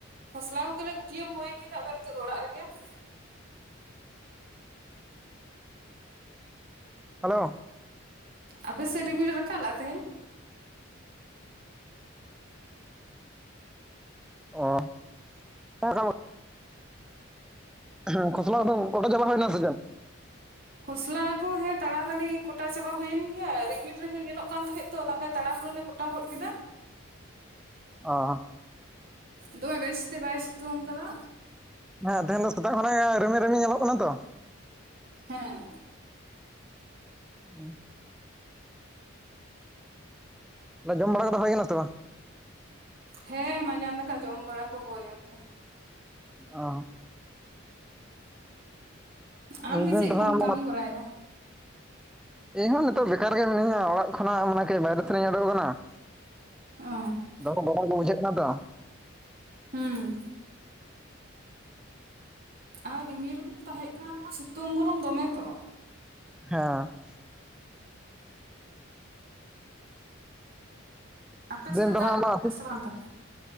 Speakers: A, on the right; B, in the centre.
A: ᱠᱷᱚᱥᱞᱟ ᱠᱚᱜᱮᱞᱮ ᱜᱩᱴᱤᱭᱟᱹᱢ ᱨᱦᱳᱭ ᱠᱮᱫᱟ ᱟᱫᱚ ᱱᱤᱛᱚᱜ ᱫᱚ ᱚᱲᱟᱜ ᱨᱮᱜᱮ ᱾
B: ᱦᱮᱞᱳ ᱾
A: ᱟᱯᱮ ᱥᱮᱫ ᱨᱤᱢᱤᱞ ᱮ ᱨᱟᱠᱟᱵ ᱞᱟᱜᱼᱟ ᱛᱮᱦᱤᱧ?
B: ᱚ <inaudible> ᱦᱮᱸ ᱠᱷᱚᱥᱞᱟ ᱠᱚᱫᱚ ᱠᱚᱴᱟ ᱪᱟᱵᱟ ᱦᱩᱭᱱᱟ ᱥᱮ ᱪᱮᱫ?
A: ᱠᱷᱚᱥᱞᱟ ᱠᱚ ᱦᱮᱸ ᱛᱟᱲᱟᱛᱟᱲᱤ ᱠᱚᱴᱟ ᱪᱟᱵᱟ ᱦᱩᱭᱮᱱ ᱜᱮᱭᱟ ᱨᱤᱢᱤᱞ ᱨᱤᱢᱤᱞ ᱧᱮᱞᱚᱜ ᱠᱟᱱ ᱛᱟᱦᱮᱸᱫ ᱛᱚ ᱛᱟᱦᱞᱮ ᱛᱟᱲᱟ ᱦᱩᱲᱩ ᱞᱮ ᱠᱚᱴᱟ ᱦᱚᱫ ᱠᱮᱫᱟ ᱾
B: ᱚ ᱾
A: ᱫᱚᱢᱮ ᱵᱮᱥ ᱛᱮ ᱵᱟᱭ ᱥᱤᱛᱩᱝ ᱟᱠᱟᱫᱟ ᱾
B: ᱦᱮᱸ ᱛᱮᱦᱮᱧ ᱫᱚ ᱥᱮᱛᱟᱜ ᱠᱷᱚᱱᱟᱜ ᱜᱮ ᱨᱤᱢᱤᱞ ᱨᱤᱢᱤᱞ ᱧᱮᱞᱚᱜ ᱠᱟᱱᱟ ᱛᱚ ᱾
A: ᱦᱮᱸ ᱾
B: ᱚ ᱾ ᱛᱟᱦᱞᱮ ᱡᱚᱢ ᱵᱟᱲᱟ ᱠᱟᱫᱚ ᱦᱩᱭ ᱠᱟᱱᱟ ᱥᱮ ᱵᱟᱝ?
A: ᱦᱮᱸ ᱢᱟᱸᱡᱟᱱ ᱫᱟᱠᱟ ᱡᱚᱢ ᱵᱟᱲᱟ ᱠᱚ ᱦᱩᱭᱮᱱ ᱜᱮᱭᱟ ᱾
B: ᱚ ᱾
A: ᱟᱢ
B: ᱢᱮᱱᱫᱟᱹᱧ
A: ᱜᱮ ᱪᱮᱫ
B: ᱛᱟᱦᱚᱞᱮ
A: ᱠᱚᱢ ᱠᱟᱹᱢᱤ ᱵᱟᱲᱟᱭ ᱮᱫᱟ?
B: ᱤᱧ ᱦᱚᱸ ᱱᱤᱛᱚᱜ ᱵᱮᱠᱟᱨ ᱜᱮ ᱢᱤᱹᱧᱟ ᱚᱲᱟᱜ ᱠᱷᱚᱱᱟᱜ ᱢᱟᱱᱮ ᱠᱟᱹᱡ ᱵᱟᱭᱨᱮ ᱥᱮᱱᱤᱧ ᱩᱰᱳᱜ ᱟᱠᱟᱱᱟ ᱾
A: ᱚ
B: ᱫᱚᱢᱮ ᱜᱚᱨᱚᱢ ᱜᱮ ᱵᱩᱡᱷᱟᱹᱜ ᱠᱟᱱᱟ ᱛᱚ?
A: ᱦᱩᱸ᱾ ᱟᱨ ᱨᱤᱢᱤᱞ ᱨᱤᱢᱤᱞ ᱛᱟᱦᱮᱸ ᱠᱟᱱ ᱨᱮᱦᱚᱸ ᱥᱤᱛᱩᱝ ᱜᱚᱨᱚᱢ ᱫᱚᱢᱮ ᱛᱚ᱾
B: <unintelligible>
A: ᱟᱯᱮ
B: ᱫᱤᱱ
A: ᱥᱮᱫ ᱮ
B: ᱫᱚ
A: ᱫᱟᱜ
B: ᱱᱟᱜ ᱚᱱᱟ
A: ᱵᱟᱲᱟ ᱠᱮᱫᱟ ᱥᱮ ᱵᱟᱝ ᱛᱟᱦᱚᱞᱮ